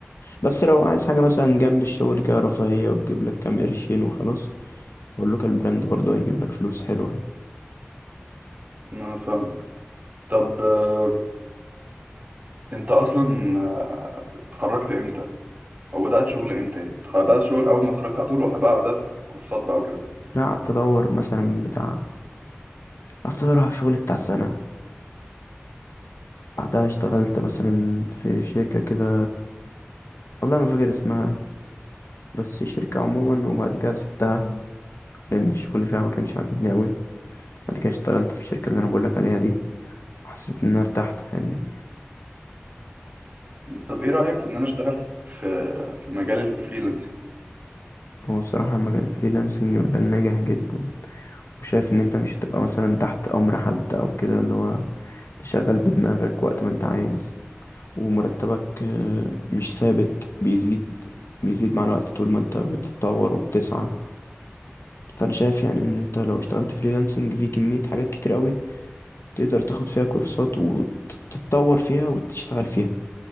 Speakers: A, on the left; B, on the right.
A: بس لو عايز حاجه مثلا جنب الشغل كده رفاهيه وتجيب لك كام قرشين وخلاص واللوكال براند برضه هيجيب لك فلوس حلوه
B: انا فاهم طب آه، انت اصلا آه، اتخرجت امتى او بدات شغل امتى يعني تخ- بدات شغل اول ما اتخرجت على طول ولا بقى بدات في كورسات بقى وكده
A: انا قعدت ادور مثلا بتاع قعدت ادور على شغل بتاع سنه بعدها اشتغلت مثلا في شركه كده والله ما فاكر اسمها بس شركه عموما وبعد كده سبتها لان الشغل فيها ما كانش عاجبني قوي بعد كده اشتغلت في الشركه اللي انا بقول لك عليها دي حسيت ان انا ارتحت فاهمني
B: طب ايه رايك في ان انا اشتغل في في في مجال الفريلانسنج
A: هو الصراحة مجال الفريلانسنج مجال ناجح جدا وشايف ان انت مش هتبقى مثلا تحت امر حد او كده اللي هو تشغل بدماغك وقت ما انت عايز ومرتبك آه، مش ثابت بيزيد بيزيد مع الوقت طول ما انت بتتطور وبتسعى فانا شايف يعني ان انت لو اشتغلت فريلانسنج في كمية حاجات كتير قوي تقدر تاخد فيها كورسات وتتطور فيها وتشتغل فيها